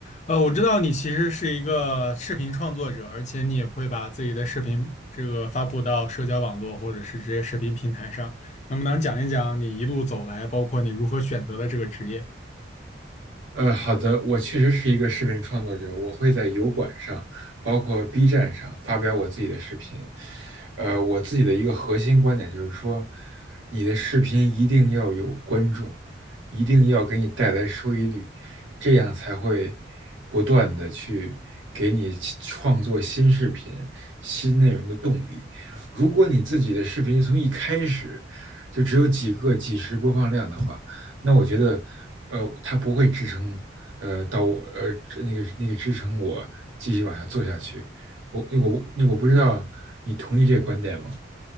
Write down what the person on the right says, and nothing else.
呃，好的，我确实是一个视频创作者，我会在油管上，包括 B 站上发表我自己的视频。呃，我自己的一个核心观点就是说，你的视频一定要有观众，一定要给你带来收益率，这样才会不断的去给你去创作新视频、新内容的动力。如果你自己的视频从一开始就只有几个、几十播放量的话，那我觉得，呃，它不会支撑，呃，到我呃那个那个支撑我继续往下做下去。我那我那我不知道你同意这个观点吗？